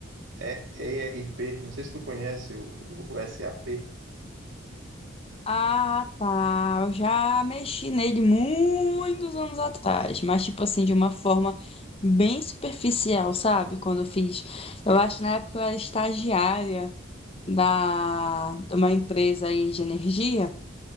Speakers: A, on the right; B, on the left.
A: é ERP. Não sei se tu conhece o, o SAP.
B: Ah, tá. Eu já mexi nele muitos anos atrás, mas tipo assim, de uma forma bem superficial, sabe? Quando eu fiz. Eu acho que na época eu era estagiária da... de uma empresa aí de energia,